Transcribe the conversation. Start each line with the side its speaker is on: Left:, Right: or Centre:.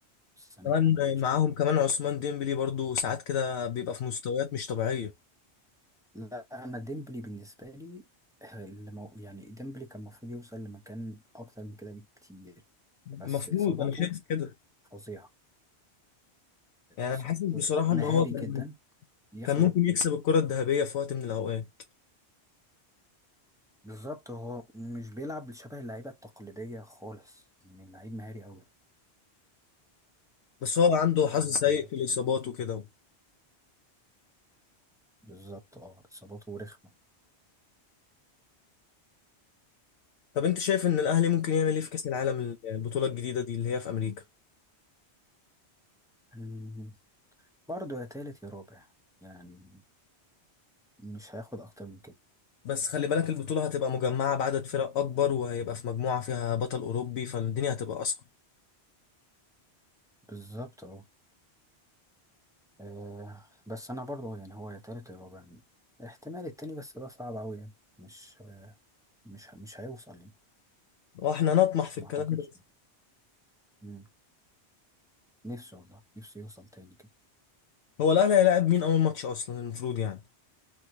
Centre: السنة
Left: كمان
Centre: دي عامل ماتشات
Left: معاهم كمان عثمان ديمبلي برضو ساعات كده بيبقى في مستويات مش طبيعية
Centre: لا أنا ديمبلي بالنسبة لي آه، اللي مو- يعني ديمبلي كان المفروض يوصل لمكان أكتر من كده بكتير بس
Left: المفروض
Centre: إصاباته
Left: انا شايف كده
Centre: فظيعة
Left: يعني
Centre: إصاب-
Left: انا حاسس بصراحة
Centre: مهاري
Left: ان هو كان
Centre: جدا ياخده
Left: كان ممكن يكسب الكرة الذهبية في وقت من الاوقات
Centre: بالظبط هو مش بيلعب شبه اللعيبة التقليدية خالص يعني اللعيب مهاري أوي
Left: بس هو عنده
Centre: ف-
Left: حظ سيء في الاصابات وكده
Centre: بالظبط اه اصاباته رخمه
Left: طب انت شايف ان الاهلي ممكن يعمل ايه في كاس العالم البطوله الجديده دي اللي هي في امريكا
Centre: مم. برضه يا تالت يا رابع يعني مش هياخد اكتر من كده
Left: بس خلي بالك البطوله هتبقى مجمعه بعدد فرق اكبر وهيبقى في مجموعه فيها بطل اوروبي فالدنيا هتبقى اصعب
Centre: بالظبط اه آه، بس انا برضه يعني هو يا تالت يا رابع احتمال التاني بس ده صعب اوي يعني مش آه، مش مش هيوصل يعني
Left: واحنا نطمح في
Centre: ما
Left: الكلام
Centre: اعتقدش
Left: ده
Centre: مم. نفسي والله نفسي يوصل تاني كده
Left: هو الاهلي هيلاعب مين اول ماتش اصلا المفروض يعني